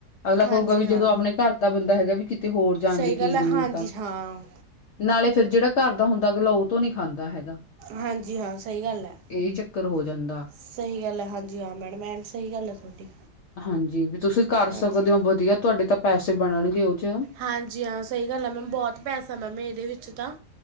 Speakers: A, on the left; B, on the right.
A: ਅਗਲਾ ਕਹੂਗਾ
B: ਹਾਂਜੀ
A: ਵੀ ਜਦੋਂ
B: ਹਾਂ
A: ਆਪਣੇ ਕਾਰ ਦਾ ਬੰਦਾ ਹੈਗਾ ਵੀ ਕੀ ਤੇ ਹੋਰ ਜਾਣ
B: ਸਹੀ
A: ਦੀ
B: ਗੱਲ
A: ਕੀ ਜਰੂਰਤ
B: ਹੈ ਹਾਂਜੀ
A: ਆ।
B: ਹਾਂ
A: ਨਾਲੇ ਫੇਰ ਜਿਹੜਾ ਕਰ ਦਾ ਹੁੰਦਾ ਅਗਲਾ ਉਤੋਂ ਨੀ ਖਾਂਦਾ ਹੈ।
B: ਹਾਂਜੀ, ਹਾਂ ਸਹੀ ਗੱਲ ਹੈ।
A: ਇਹ ਚੱਕਰ ਹੋ ਜਾਂਦਾ
B: ਸਹੀ ਗੱਲ ਹੈ ਹਾਂਜੀ ਹਾਂ ਮੈਡਮ ਐ ਸਹੀ ਗੱਲ ਹੈ ਤੁਹਾਡੀ।
A: ਹਾਂਜੀ, ਵੀ ਤੁਸੀਂ ਕਰ
B: ਹਾਂਜੀ
A: ਸਕਦੇ ਹੋ ਵਧੀਆ ਤੁਹਾਡੇ ਤਾਂ ਪੈਸੇ ਬਣਨਗੇ ਉਹ ਚ
B: ਹਾਂਜੀ, ਹਾਂ ਸਹੀ ਗੱਲ ਆ ਮੈਮ ਬਹੁਤ ਪੈਸਾ ਮੈਮ ਇਹਦੇ ਵਿੱਚ ਤਾਂ